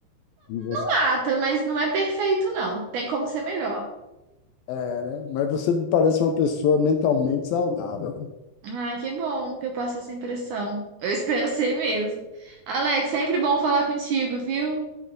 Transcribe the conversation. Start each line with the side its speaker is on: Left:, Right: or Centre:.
Left: E você,
Right: Mata, mas não é perfeito, não. Tem como ser melhor.
Left: é, né? Mas você me parece uma pessoa mentalmente saudável.
Right: Ai, que bom que eu passo essa impressão. Eu espero ser mesmo. Alex, sempre bom falar contigo, viu?